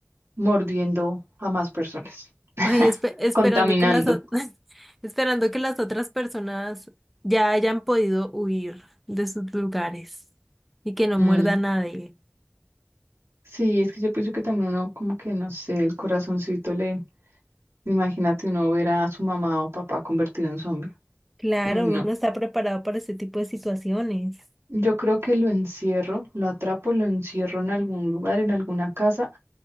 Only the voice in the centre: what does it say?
Ay, espe- esperando
que las o- <laughs> esperando que las otras personas ya hayan podido huir de sus lugares y que no
muerda a nadie.
Claro,
uno no está preparado para ese tipo de situaciones.